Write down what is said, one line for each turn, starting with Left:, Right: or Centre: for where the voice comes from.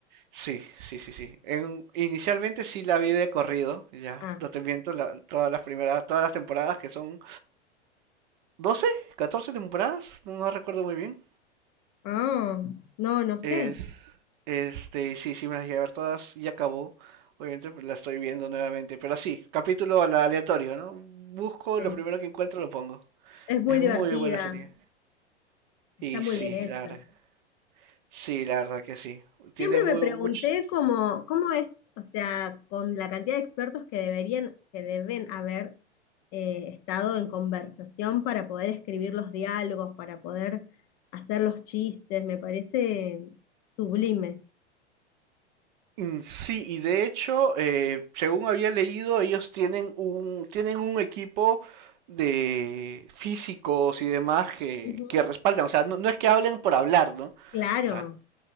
Right: Sí, sí, sí, sí. En- inicialmente sí la vi de corrido, ya,
Left: Ah,
Right: no te miento, la- todas las primeras, todas las temporadas que son 12, 14 temporadas, no recuerdo muy bien.
Left: ah, no, no sé.
Right: Es, este, sí, sí, me las llegué a ver todas y acabó. Obviamente pues, la estoy viendo nuevamente, pero sí, capítulo al- aleatorio, ¿no? Busco
Left: Eh,
Right: lo primero que encuentro, lo pongo.
Left: Es muy
Right: Es muy
Left: divertida.
Right: buena serie.
Left: Está
Right: Y
Left: muy
Right: sí,
Left: bien hecha.
Right: la verdad. Sí, la verdad que sí. Tiene
Left: Siempre
Right: muy
Left: me pregunté
Right: mucho.
Left: cómo, cómo es, o sea, con la cantidad de expertos que deberían, que deben haber eh, estado en conversación para poder escribir los diálogos, para poder hacer los chistes, me parece sublime.
Right: Mm, Sí, y de hecho, eh, según había leído, ellos tienen un, tienen un equipo de físicos y demás que,
Left: Ujú.
Right: que respaldan. O sea, no, no es que hablen por hablar, ¿no?
Left: Claro,
Right: O sea,